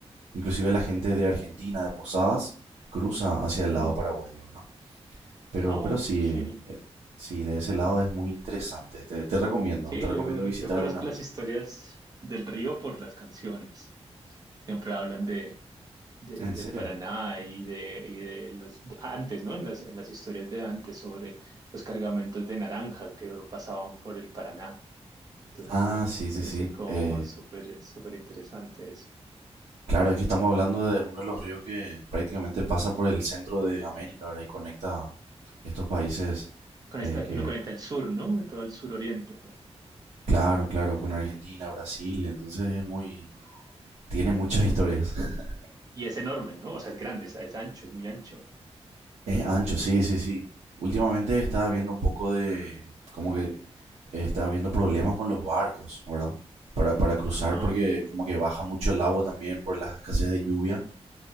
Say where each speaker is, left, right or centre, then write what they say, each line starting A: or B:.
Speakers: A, on the right (about 75°); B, on the right (about 35°).
A: inclusive la gente de Argentina, de Posadas, cruza hacia el
B: Mm.
A: lado paraguayo, ¿verdad? Pero,
B: Oh,
A: pero sí,
B: sí,
A: eh, sí, de ese lado es muy interesante. Te, te recomiendo,
B: sí,
A: te recomiendo
B: yo,
A: visitar
B: yo conozco
A: alguna vez.
B: las historias del río por las canciones, siempre hablan de, de,
A: ¿En
B: de
A: serio?
B: Paraná y de, y de los, antes, ¿no? En las, en las historias de antes sobre los cargamentos de naranja que pasaban por el Paraná. Entonces
A: Ah,
B: me, me
A: sí,
B: parece
A: sí, sí.
B: como
A: Eh,
B: súper, súper interesante eso.
A: claro, es que estamos hablando de uno de los ríos que prácticamente pasa por el centro de América, ¿verdad? Y conecta estos países
B: con
A: eh,
B: esta
A: que,
B: uno conecta el sur, ¿no? Todo el suroriente, pues.
A: claro, claro, con Argentina, Brasil, entonces es muy, tiene muchas historias. <laughs>
B: Y es enorme, ¿no? O sea, es grande, es, es ancho, es muy ancho.
A: Es ancho, sí, sí, sí. Últimamente estaba viendo un poco de, como que estaba viendo problemas con los barcos, ¿verdad? Para, para cruzar
B: No,
A: porque como que baja mucho el agua también por las escasez de lluvia,